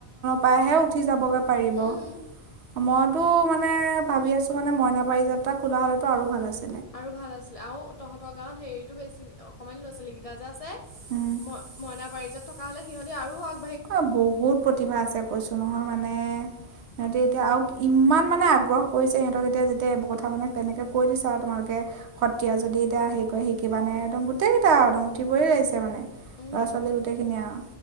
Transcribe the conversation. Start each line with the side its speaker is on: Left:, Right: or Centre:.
Right: পায়হে উঠি যাবগে পাৰিব,
Left: উম
Right: মইতো মানে ভাবি আছো মানে মইনাপাৰিজাত খোলা হলেতো আৰু ভাল আছিল।
Left: আৰু ভাল আছিলে, আৰু তহঁতৰ গাঁৱত হেৰিতটো বেছি। সমণীয়া ল'ৰাছোৱালীকেইটা যে আছে।
Right: উম
Left: ম-মইনা পাৰিজাতত কা, হ'লে সিহঁতি আৰু আগ
Right: অ', বহুত প্ৰতিভা আছে কৈছো নহয় মান মানে সিহঁতি এতিয়া আৰু ইমান মানে আগ্ৰহ কৰিছে সিহঁতক এতিয়া যেতিয়া এইবোৰ কথা মানে কেনেকে কৈ দিছে আৰু তোমালোকে সত্ৰীয়া যদি এতিয়া হেৰি কৰে শিকিবানে? একদম গোটেই কেইটা আৰু একদম উঠি পৰি আহিছে মানে
Left: উম
Right: ল'ৰা ছোৱালী গোটেই খিনিয়ে আৰু